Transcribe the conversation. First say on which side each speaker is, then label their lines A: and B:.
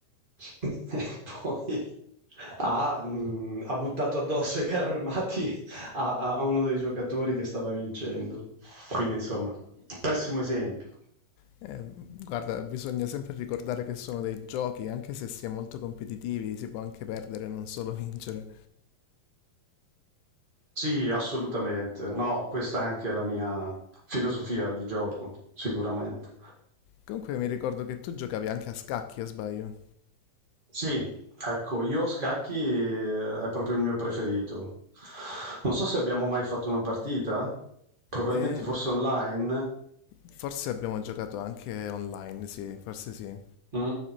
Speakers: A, on the right; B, on the left.
A: <laughs> E poi ha mhmm, ha buttato addosso i carri armati a a a uno dei giocatori che stava vincendo. Quindi insomma, pessimo esempio.
B: Eh, guarda, bisogna sempre ricordare che sono dei giochi, anche se si è molto competitivi, si può anche perdere, non solo <laughs> vincere.
A: Sì, assolutamente. No, questa è anche la mia filosofia di gioco, sicuramente.
B: Comunque mi ricordo che tu giocavi anche a scacchi, a sbaglio.
A: Sì, ecco, io scacchi eh, è proprio il mio preferito. Non so se abbiamo mai fatto una partita? Probabilmente
B: E
A: forse online?
B: Forse abbiamo giocato anche online, sì, forse sì.
A: Mm.